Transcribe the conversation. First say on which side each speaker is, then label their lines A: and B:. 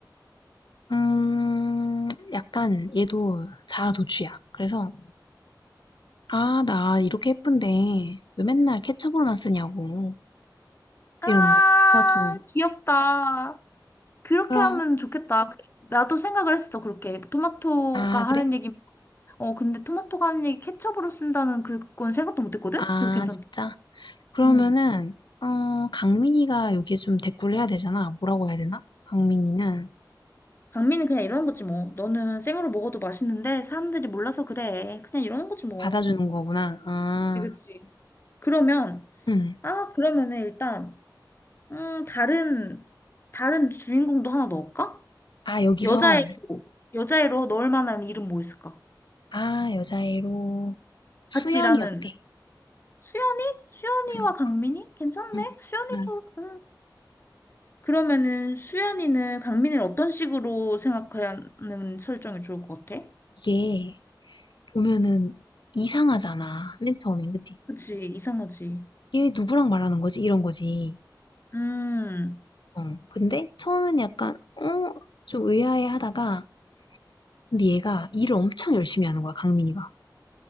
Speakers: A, on the left; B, on the left.
A: 음, 약간 얘도 자아도취야. 그래서, 아, 나 이렇게 예쁜데 왜 맨날 케첩으로만 쓰냐고.
B: 아,
A: 이러는 거야, 토마토는.
B: 귀엽다. 그렇게
A: 그럼
B: 하면 좋겠다. 나도 생각을 했어, 그렇게. 토마토가
A: 아,
B: 하는
A: 그래?
B: 얘기, 어, 근데 토마토가 하는 얘기 케첩으로 쓴다는 그건 생각도 못 했거든?
A: 아,
B: 그거 괜찮다.
A: 진짜? 그러면은,
B: 응.
A: 어, 강민이가 여기에 좀 대꾸를 해야 되잖아. 뭐라고 해야 되나? 강민이는
B: 강미는 그냥 이러는 거지, 뭐. 너는 생으로 먹어도 맛있는데 사람들이 몰라서 그래. 그냥 이러는 거지, 뭐.
A: 받아주는 거구나. 아,
B: 그치, 그치. 그러면,
A: 응.
B: 아, 그러면은 일단, 음, 다른, 다른 주인공도 하나 넣을까?
A: 아, 여기서,
B: 여자애로, 여자애로 넣을 만한 이름 뭐 있을까?
A: 아, 여자애로, 수연이
B: 같이 일하는.
A: 어때?
B: 수연이? 수연이와
A: 응,
B: 강민이? 괜찮네.
A: 응,
B: 수연이도
A: 응.
B: 음. 그러면은 수연이는 강민이를 어떤 식으로 생각하는 설정이 좋을 것 같아?
A: 이게, 보면은, 이상하잖아. 맨 처음엔, 그치?
B: 그치, 이상하지.
A: 얘 누구랑 말하는 거지? 이런 거지.
B: 음.
A: 어, 근데, 처음엔 약간, 어, 좀 의아해 하다가, 근데 얘가 일을 엄청 열심히 하는 거야, 강민이가.